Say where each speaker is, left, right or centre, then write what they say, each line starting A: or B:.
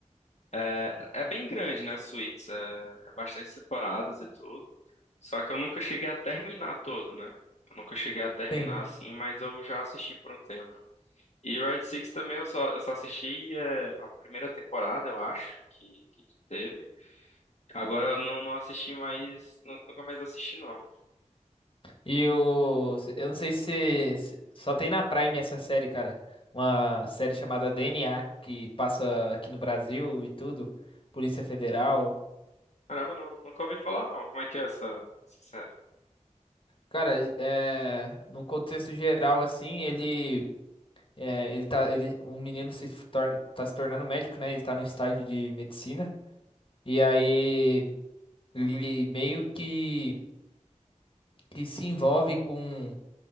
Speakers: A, on the left (about 60°); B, on the left (about 45°).
A: É, é bem grande, né, Suits? É, é bastante temporadas e tudo. Só que eu nunca cheguei a terminar todo, né? Eu nunca cheguei a terminar
B: Sim.
A: assim, mas eu já assisti por um tempo. E Red Six também eu só, eu só assisti é, a primeira temporada, eu acho, que, que teve. Agora eu não, não assisti mais, nu- nunca mais assisti, não.
B: E o, eu não sei se, se- só tem na Prime essa série, cara. Uma série chamada DNA que passa aqui no Brasil e tudo. Polícia Federal.
A: Caramba, não, nunca ouvi falar não. Como é que é essa, essa série?
B: Cara, é, num contexto geral, assim, ele, é, ele tá, ele, um menino se torna, tá se tornando médico, né? Ele tá no estágio de medicina. E aí Ele meio que, que se envolve com,